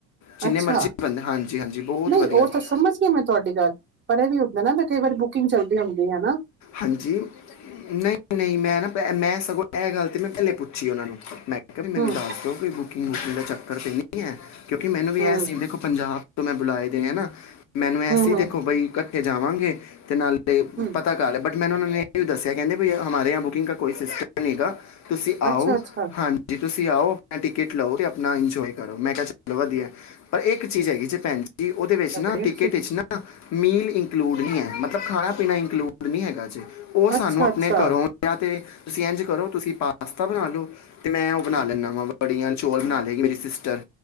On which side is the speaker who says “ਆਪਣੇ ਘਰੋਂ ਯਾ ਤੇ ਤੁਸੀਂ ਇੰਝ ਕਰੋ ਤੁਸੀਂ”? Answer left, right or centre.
Left